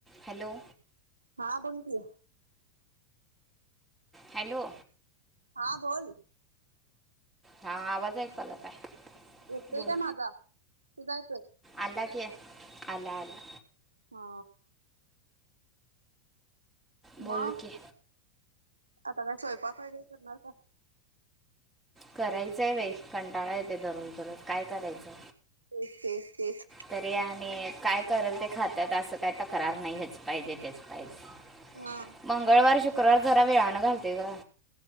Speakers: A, in the centre; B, on the right.
A: Hello
B: हा बोल की
A: हॅलो
B: हां बोल
A: हा आवाज ऐकू आला काय
B: येतोय
A: बोल
B: का माझा तुझा येतोय
A: आला घेत की आला आला
B: हा
A: बोल
B: मग
A: विकी
B: आता काय स्वयंपाक वगैरे करणारं कां
A: करायचंय बाई कंटाळा येते दररोज दररोज काय करायचं
B: तेच तेच तेच
A: तरी आम्हीं काय कराल ते खातात असं काय तक्रार नाहीं हेंच पाहिजे तेचं पाहिजे
B: हा
A: मंगळवारी शुक्रवार जरा वेळानं घालतोय ग